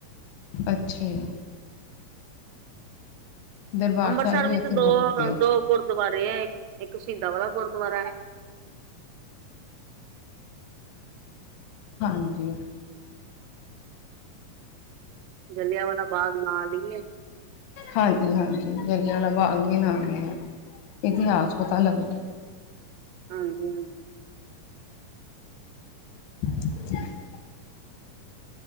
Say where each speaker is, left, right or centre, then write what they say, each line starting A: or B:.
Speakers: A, on the left; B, on the right.
A: ਅੱਛਾ ਜੀ। ਦਰਬਾਰ
B: ਅੰਮ੍ਰਿਤਸਰ
A: ਸਾਹਿਬ ਵੀ
B: ਵਿੱਚ
A: ਉੱਥੇ
B: ਦੋ,
A: ਬਹੁਤ ਵਧੀਆ
B: ਦੋ ਗੁਰਦੁਆਰੇ ਐ, ਇੱਕ ਸ਼ਹੀਦਾਂ ਵਾਲਾ ਗੁਰਦੁਆਰਾ ਐ।
A: ਹਾਂਜੀ।
B: ਜਲਿਆਂਵਾਲਾ ਬਾਗ਼ ਨਾਲ ਹੀ ਐ।
A: ਹਾਂਜੀ- ਹਾਂਜੀ ਜਲਿਆਂਵਾਲਾ ਬਾਗ ਵੀ ਨਾਲ ਈ ਐ, ਇਤਿਹਾਸ ਪਤਾ ਲੱਗਦਾ।
B: ਹਾਂਜੀ- ਹਾਂਜੀ।
A: <inaudible>